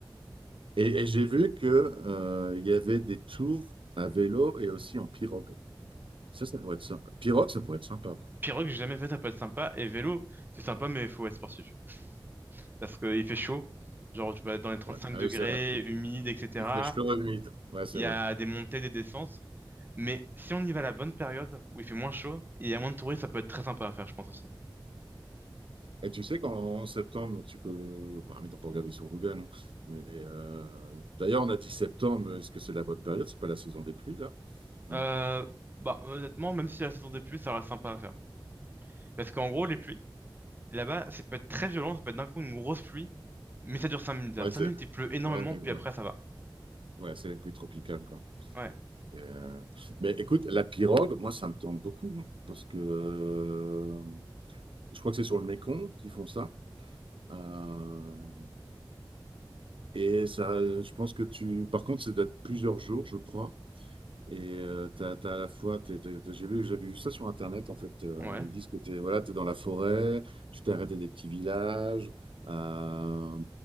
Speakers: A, on the right; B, on the right.
A: Et, et j'ai vu que, euh, il y avait des tours à vélo et aussi en pirogue. Ça, ça pourrait être sympa. Pirogue, ça pourrait être sympa.
B: Pirogue, j'ai jamais fait, ça peut être sympa. Et vélo, c'est sympa, mais il faut être sportif. Parce qu'il fait chaud. Genre, tu vas être dans les 35
A: Ouais. Ah
B: degrés,
A: oui, c'est vrai. Il,
B: humide, etc.
A: il fait chaud et humide. Ouais, c'est
B: Il
A: vrai.
B: y a des montées, des descentes. Mais si on y va à la bonne période, où il fait moins chaud, et il y a moins de touristes, ça peut être très sympa à faire, je pense aussi.
A: Et tu sais qu'en septembre, tu peux. Bah, mais on peut regarder sur Google. hein. Mais euh, d'ailleurs, on a dit septembre. Est-ce que c'est la bonne période? C'est pas la saison des pluies, là? Non.
B: Euh, bah, honnêtement, même si la saison des pluies, ça reste sympa à faire. Parce qu'en gros, les pluies, là-bas, ça peut être très violent, ça peut être d'un coup une grosse pluie, mais ça dure 5 minutes. Alors,
A: Ouais,
B: 5
A: c'est.
B: minutes, il pleut énormément,
A: Ouais, d'accord.
B: puis après, ça va.
A: ouais, c'est les pluies tropicales, quoi.
B: Ouais,
A: Et, euh, Mais écoute, la pirogue, moi, ça me tente beaucoup. hein, parce que euh, je crois que c'est sur le Mékong qu'ils font ça. Euh, et ça, je pense que tu. Par contre, ça date plusieurs jours, je crois. Et euh, t'as, t'as à la fois, t'es- t'es- t'es- j'ai vu, j'avais vu ça sur Internet, en fait. euh,
B: ouais.
A: ils disent que t'es, voilà, t'es dans la forêt, tu t'es arrêté des petits villages, euh,